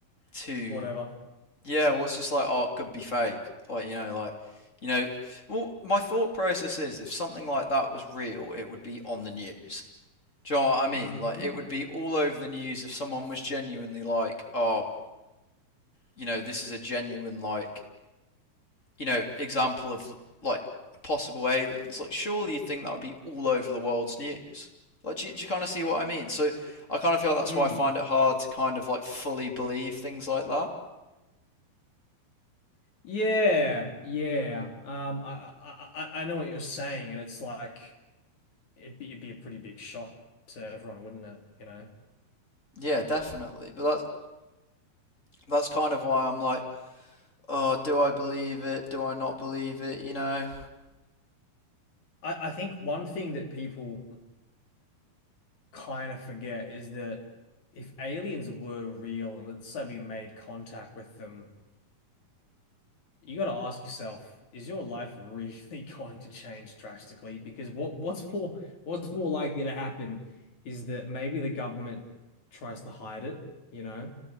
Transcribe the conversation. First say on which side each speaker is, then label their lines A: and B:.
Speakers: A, on the left; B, on the left.
A: too.
B: Whatever.
A: Yeah, well, it's just like, oh, it could be fake. Like you know, like you know. Well, my thought process is if something like that was real, it would be on the news Do you know what I mean?
B: mm
A: Like,
B: mm
A: it would be all over the news if someone was genuinely like, oh, you know, this is a genuine, like, you know, example of, like, possible aliens. Like, surely you think that would be all over the world's news. Like, do you, do you kind of see what I mean? So, I kind of feel that's
B: mm.
A: why I find it hard to kind of, like, fully believe things like that.
B: Yeah, yeah. Um, I, I I I know what you're saying, and it's like it'd be it'd be a pretty big shock to everyone, wouldn't it? You know.
A: Yeah, definitely. But that's that's kind of why I'm like, oh, do I believe it? Do I not believe it? You know?
B: I, I think one thing that people kind of forget is that if aliens were real, and let's say we made contact with them, you got to ask yourself, is your life <laughs> really going to change drastically? Because what what's more what's more likely to happen is that maybe the government tries to hide it, you know?